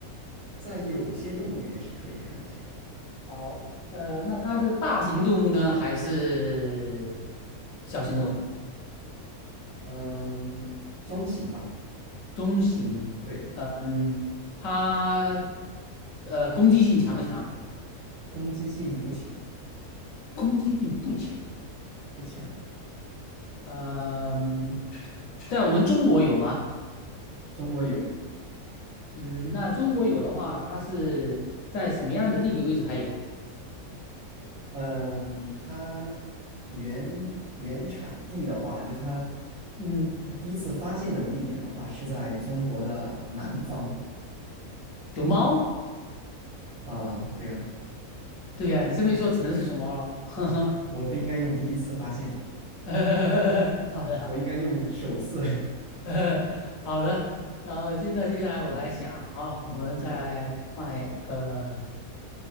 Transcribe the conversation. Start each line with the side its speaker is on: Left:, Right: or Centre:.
Right: 在有些动物园是可以看得见的。
Left: 好，呃，那它是大型动物呢，还是小型动物？
Right: 嗯、中型吧，
Left: 中型，
Right: 对，
Left: 呃嗯，它呃攻击性强不强？
Right: 攻击性不强，
Left: 攻击性不强。
Right: 不强。
Left: 嗯，在我们中国有吗？
Right: 中国有，
Left: 嗯，那中国有的话，它是在什么样的地理位置才有？
Right: 嗯，它原原产地的话，就它
Left: 嗯，
Right: 它第一次发现的地点的话，是在中国的南方
Left: 熊猫？
Right: 啊。对了，
Left: 对呀、你这么一说，只能是熊猫喽。<laughs>
Right: 我不应该用第一次发现，
Left: 好的，好的。
Right: 我应该用首次。<laughs>
Left: <laughs> 好的，然后接那接下来我来想啊，
Right: 嗯嗯，
Left: 我们再换一个，
Right: 好的。